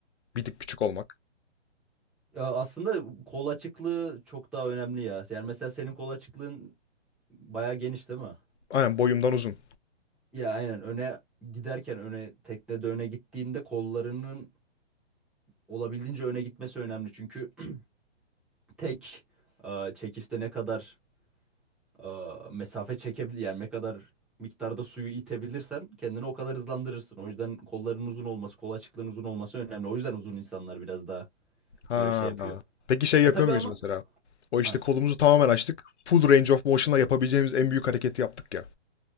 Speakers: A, on the left; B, in the centre.
A: Bir tık küçük olmak.
B: Ya aslında kol açıklığı çok daha önemli ya. Yani mesela senin kol açıklığın bayağı geniş değil mi?
A: Aynen boyumdan uzun.
B: Ya aynen öne giderken öne teknede öne gittiğinde kollarının olabildiğince öne gitmesi önemli. Çünkü <clears throat> tek e, çekişte ne kadar e, mesafe çekebilir yani ne kadar miktarda suyu itebilirsen kendini o kadar hızlandırırsın. O yüzden kolların uzun olması, kol açıklığın uzun olması önemli. O yüzden uzun insanlar biraz daha
A: Ha.
B: böyle şey yapıyor.
A: Peki şey yapıyor
B: E tabii
A: muyuz
B: ama
A: mesela? O işte
B: ha.
A: kolumuzu tamamen açtık. Full range of motion'la yapabileceğimiz en büyük hareketi yaptık ya.